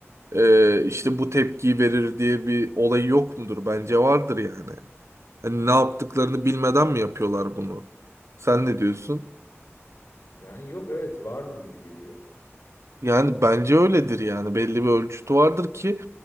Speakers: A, on the right; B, on the left.
A: e, işte bu tepkiyi verir diye bir olay yok mudur? Bence vardır yani. Hani ne yaptıklarını bilmeden mi yapıyorlar bunu? Sen ne diyorsun?
B: Yani yok evet vardır gibi geliyor.
A: Yani bence öyledir yani belli bir ölçütü vardır ki